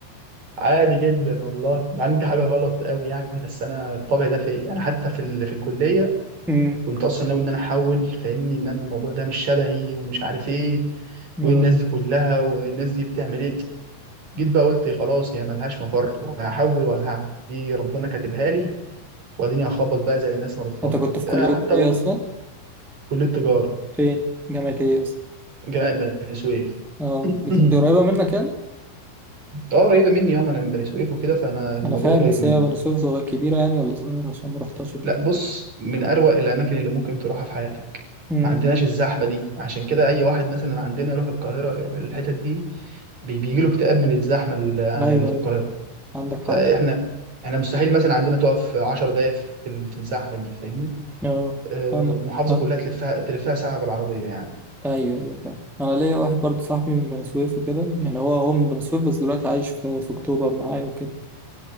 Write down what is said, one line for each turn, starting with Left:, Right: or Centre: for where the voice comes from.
Right: عادي جدا والله ما عندي حاجه غلط قوي يعني بس انا الطبع ده فيا انا حتى في ال... في الكليه
Centre: مم.
Right: كنت اصلا ناوي ان انا احول فاهمني ان انا الموضوع ده مش شبهي ومش عارف ايه وايه
Centre: آه.
Right: الناس دي كلها والناس دي بتعمل ايه جيت بقى قلت خلاص هي ملهاش مفر لا هحول ولا هعمل دي ربنا كاتبها لي واديني هخبط بقى زي الناس ما بتخبط
Centre: انت كنت في كلية
Right: آه، حتى
Centre: ايه
Right: أقول
Centre: اصلا؟
Right: كليه تجاره
Centre: فين؟ جامعة ايه اصلا؟
Right: جامعه بني سويف
Centre: اه
Right: <laughs>
Centre: دي, دي قريبة منك يعني؟
Right: اه قريبه مني انا انا من بني سويف وكده فانا الموضوع
Centre: انا فاهم
Right: قريب
Centre: بس
Right: مني
Centre: هي بني سويف صغيرة كبيرة يعني ولا صغيرة عشان ما رحتهاش قبل
Right: لا
Centre: كده
Right: بص من اروق الاماكن اللي ممكن تروحها في حياتك
Centre: امم
Right: ما عندناش الزحمه دي عشان كده اي واحد مثلا عندنا يروح القاهره يروح الحتت دي بي- بيجي له اكتئاب من الزحمه اللي
Centre: ايوه
Right: اللي في القاهره
Centre: ايوه عندك حق
Right: فاحنا احنا مستحيل مثلا عندنا تقف 10 دقائق في ال- في الزحمه دي فاهمني
Centre: اه
Right: آه،
Centre: انا
Right: محافظه
Centre: انا
Right: كلها تلفها تلفها ساعه بالعربيه يعني
Centre: ايوه ايوه فاهم انا ليا واحد برضه صاحبي من بني سويف وكده يعني هو هو من بني سويف بس دلوقتي عايش في, في اكتوبر معايا وكده